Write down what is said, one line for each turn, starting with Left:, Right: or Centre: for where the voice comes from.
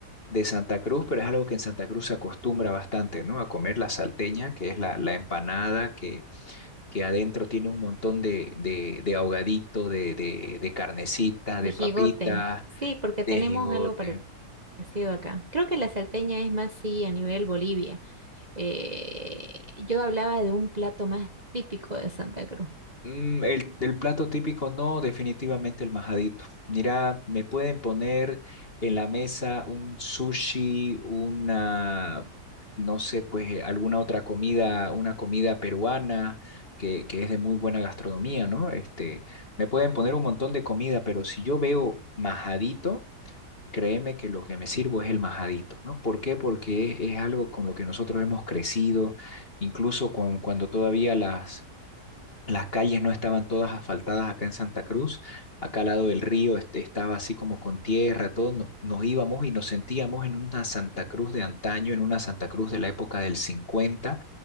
Left: de Santa Cruz, pero es algo que en Santa Cruz se acostumbra bastante, ¿no? A comer la salteña, que es la, la empanada que, que adentro tiene un montón de, de, de ahogadito, de, de, de carnecita, de
Right: De jigote.
Left: papitas,
Right: Sí, porque
Left: de
Right: tenemos
Left: jigote.
Right: algo parecido acá. Creo que la salteña es más, sí, a nivel Bolivia. Eh, yo hablaba de un plato más típico de Santa Cruz.
Left: Mm, el, el plato típico, no, definitivamente el majadito. Mira, me pueden poner en la mesa un sushi, una, no sé, pues eh, alguna otra comida, una comida peruana que, que es de muy buena gastronomía, ¿no? Este, me pueden poner un montón de comida, pero si yo veo majadito, créeme que lo que me sirvo es el majadito, ¿no? ¿Por qué? Porque es, es algo con lo que nosotros hemos crecido, incluso con- cuando todavía las las calles no estaban todas asfaltadas acá en Santa Cruz. Acá al lado del río este, estaba así como con tierra, todo. No- Nos íbamos y nos sentíamos en una Santa Cruz de antaño, en una Santa Cruz de la época del cincuenta